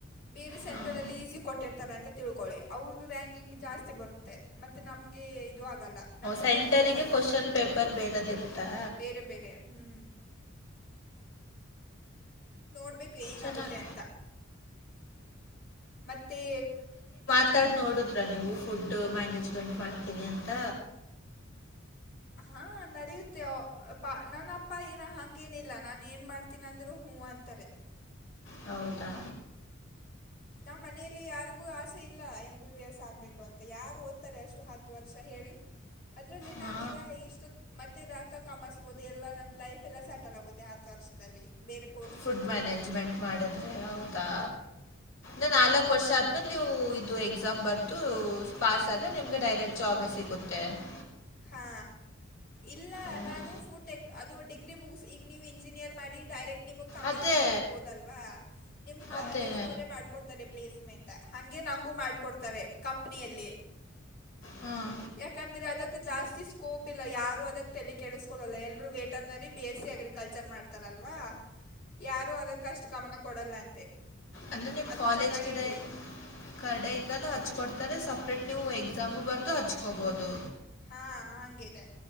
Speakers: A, on the left; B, on the left.
A: ಬೇರೆ ಸೆಂಟರ್
B: ಹಾಂ
A: ಅಲ್ಲಿ. ಈಜಿ ಕೊಟ್ಟಿರ್ತಾರ ಅಂತ ತಿಳ್ಕೊಳ್ಳಿ ಅವ್ರದ್ದು ರ್ಯಾಂಕಿಂಗ್ ಜಾಸ್ತಿ ಬರುತ್ತೆ ಮತ್ತೆ ನಮ್ಗೆ ಇದು. ಆಲ್ಲ ನಮ್ದು
B: ಸೆಂಟರಿಗೆ
A: ಟಫ್ ಇತ್ತಲ್
B: ಕ್ವಶನ್
A: ಹ್ಮ್.
B: ಪೇಪರ್ ಬೇರೆದಿರುತ್ತಾ
A: ಬೇರೆ ಬೇರೆ ಹ್ಮ್ ನೋಡ್ಬೇಕು ಏನಾಗುತ್ತೆ
B: ಚೆನ್ನಾಗಿ
A: ಅಂತ ಮತ್ತೆ.
B: ಮಾತಾಡ್ ನೋಡುದ್ರ ನೀವು ಫುಡ್ ಮ್ಯಾನೇಜ್ಮೆಂಟ್ ಮಾಡ್ತೀನಿ ಅಂತ.
A: ಹಾ ನಡೆಯುತ್ತೆ ಪ ನನ್ನ ಅಪ್ಪ ಏನ ಹಂಗೇನಿಲ್ಲ ನಾನ್ ಏನ್ ಮಾಡ್ತೀನ್ ಅಂದ್ರು. ಹು ಅಂತಾರೆ.
B: ಹೌದಾ
A: ನಮ್ಮ್ ಮನೇಲಿ ಯಾರಿಗೂ ಆಸೆ ಇಲ್ಲ ಎಂ ಬಿ ಬಿ ಎಸ್ ಆಗ್ಬೇಕು ಅಂತ ಯಾರು ಓದ್ತಾರೆ ಅಷ್ಟು ಹತ್ತು ವರ್ಷ ಹೇಳಿ ಅದ್ರಲ್ಲಿ
B: ಹಾ.
A: ನಾನೀಗ ಇಷ್ಟ ಮ ರಾಕ ಕಮಸ್ಬಹುದು ಎಲ್ಲಾ ನಂದ ಲೈಫ್ ಎಲ್ಲ ಸೆಟಲ್ ಆಗುತ್ತೆ ಹತ್ ವರ್ಷದಲ್ಲಿ ಬೇರೆ ಕೋರ್ಸ್
B: ಫುಡ್
A: ನಾನು ಚೂಸ್
B: ಮ್ಯಾನೇಜ್ಮೆಂಟ್
A: ಮಾಡಿದರೆ
B: ಮಾಡಿದ್ರೆ ಹೌದಾ ಇ ನಾಲ್ಕು ವರ್ಷ ಆದ್ಮೇಲೆ ನೀವು ಇದು ಎಕ್ಸಾಮ್ ಬರ್ತು ಪಾಸ್ ಆದ್ಮೆ ನಿಮ್ಗೆ ಡೈರೆಕ್ಟ್ ಜಾಬ್ ಸಿಗುತ್ತೆ ಮತ್ತೆ
A: ಹಾ ಇಲ್ಲ
B: ಓಹ್!
A: ನಾನು ಫು ಟೆಕ್ ಅದು ಡಿಗ್ರಿ ಮುಗಿಸಿ ಈಗ ನೀವು ಇಂಜಿನಿಯರ್ ಮಾಡಿ ಡೈರೆಕ್ಟ್ ನಿಮಗೆ ಕಂಪನಿಗೆ
B: ಅದೇ,
A: ಹೋಗ್ಬೋದಲ್ವಾ ನಿಮ್ಮ ಕಾಲೇಜ್ನವರೇ
B: ಅದೇ.
A: ಮಾಡ್ಕೊಡ್ತಾರೆ ಪ್ಲೇಸ್ಮೆಂಟ್ ಹಗೆ ನಂಗು ಮಾಡ್ಕೊಡ್ತಾರೆ ಕಂಪನಿಯಲ್ಲಿ
B: ಹಾಂ.
A: ಯಾಕಂದ್ರೆ ಅದ ಜಾಸ್ತಿ ಸ್ಕೋಪ್ ಇಲ್ಲ ಯಾರು ಅದಕ್ಕೆ ತೆ ಕೆಡಿಸಕೊಳ್ಳಳಲ್ಲ ಎಲ್ರು veterinary B S C agriculture ಮಾಡ್ತಾರಲ್ಲ ಅಲ್ವಾ ಯಾರು ಅದಕ್ಕಷ್ಟು ಗಮನ ಕೊಡಲ್ಲ ಅಂತೆ
B: ಅಂದ್ರೆ ನಿಮ್
A: ಅದು
B: ಕಾಲೇಜ್
A: ಚೆನ್ನಾಗೇ
B: ಕಿಡ
A: ಇದೆ
B: ಕಡೆಯಿಂದಾನೂ ಹಚ್ಕೊಡ್ತಾರೆ ಸ ಸಪ್ರೇಟ್ ನೀವು ಎಕ್ಸಾಮು ಬರೆದು ಹಚ್ಕೊಬೋದು
A: ಹಾ ಹಂಗಿದೆ